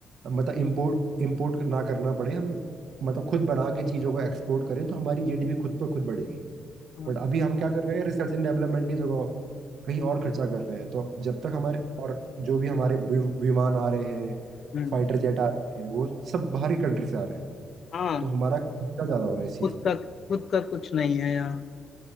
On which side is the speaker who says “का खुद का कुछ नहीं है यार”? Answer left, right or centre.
Left